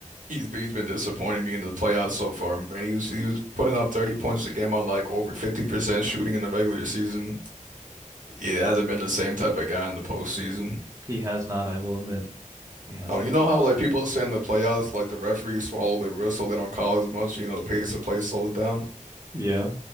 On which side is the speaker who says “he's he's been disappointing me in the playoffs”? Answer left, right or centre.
Right